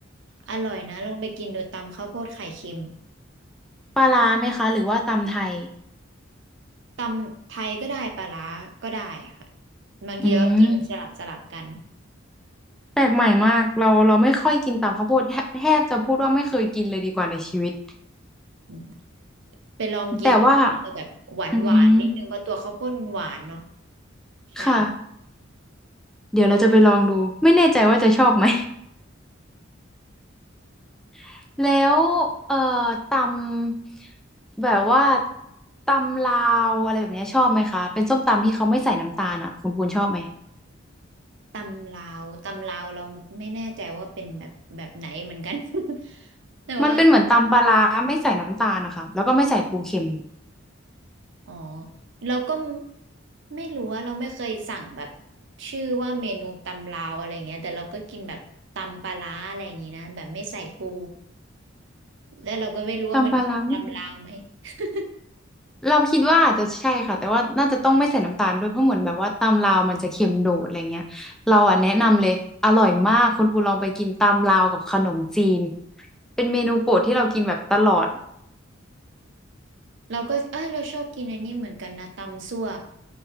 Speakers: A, on the right; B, in the centre.
A: อร่อยนะลองไปกินโดูตำข้าวโพดไข่เค็ม
B: ปลาร้าไหมคะหรือว่าตำไทย
A: ตำไทยก็ได้ปลาร้าก็ได้ค่ะบางทีก็กินสลับสลับกัน
B: อืมแปลกใหม่มากเราเราไม่ค่อยกินตำข้าวโพดแทแทบจะพูดว่าไม่เคยกินเลยดีกว่าในชีวิต
A: อืมไปลองกินดูมันจะแบบหวานหวานนิดนึงเพราะตัวข้าวโพดมันหวานเนาะ
B: แต่ว่าอืม
A: ใช่
B: ค่ะเดี๋ยวเราจะไปลองดูไม่แน่ใจว่าจะชอบไหม <laughs> แล้วเอ่อตำแบบว่าตำลาวอะไรแบบเนี้ยชอบไหมคะเป็นส้มตำที่เขาไม่ใส่น้ำตาลอ่ะคุณปูนชอบไหม
A: ตำลาว ตำลาวเราไม่แน่ใจว่าเป็นแบบแบบไหนเหมือนกัน <laughs> แต่ว่า
B: มันเป็นเหมือนตำปลาร้าไม่ใส่น้ำตาลนะคะแล้วก็ไม่ใส่ปูเค็ม
A: อ๋อเราก็ไม่รู้ว่าเราไม่เคยสั่งแบบชื่อว่าเมนูตำลาวอะไรเงี้ยแต่เราก็กินแบบตำปลาร้าอะไรอย่างงี้นะแบบไม่ใส่ปูแล้วเราก็ไม่รู้ว่ามันคือตำลาวไหม
B: ตำปลาร้าไม่ใส่
A: <laughs>
B: เราคิดว่าอาจจะใช่ค่ะแต่ว่าน่าจะต้องไม่ใส่น้ำตาลด้วยเพราะเหมือนแบบว่าตำลาวมันจะเค็มโดดอะไรเงี้ยเราอ่ะแนะนำเลยอร่อยมากคุณปูลองไปกินตำลาวกับขนมจีนเป็นเมนูโปรดที่เรากินแบบตลอด
A: เราก็เอ้ยเราชอบกินอันนี้เหมือนกันนะตำซั่ว